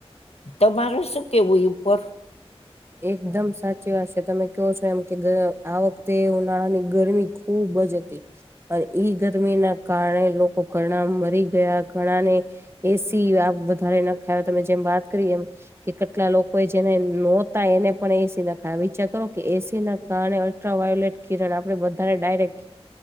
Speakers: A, on the left; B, on the right.
A: તમારેું શું કેવુ, એ ઉપર
B: એકદમ સાચી વાત છે, તમે કહો છો એમ કે આ વખતે ઉનાળા ની ગરમી ખૂબ જ હતી. પણ ઈ ગરમી ના કારણે લોકો ઘણા મરી ગયા ઘણા ને એસી વધારે ના ખાય તમે જેમ વાત કરી એમ કે કેટલા લોકો એ જેને, ન એને પણ એસી નાખાય વિચાર કરો કે એસી ના કારણે અલ્ટ્રાવાયોોલેટ કિરણ આપણે બધાને ડાયરેક્ટ